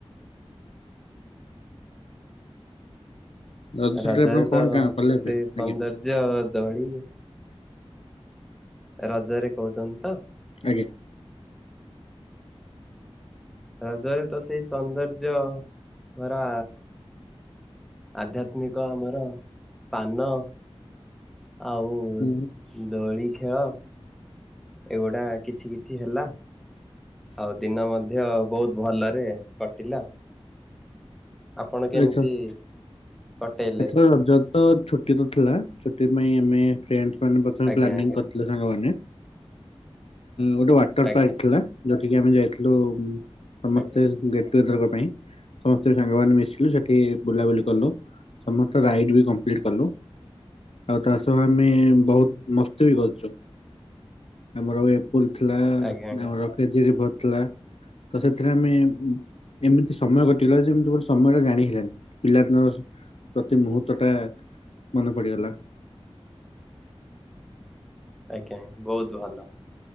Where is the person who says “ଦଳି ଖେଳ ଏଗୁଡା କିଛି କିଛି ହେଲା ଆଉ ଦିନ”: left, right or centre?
Centre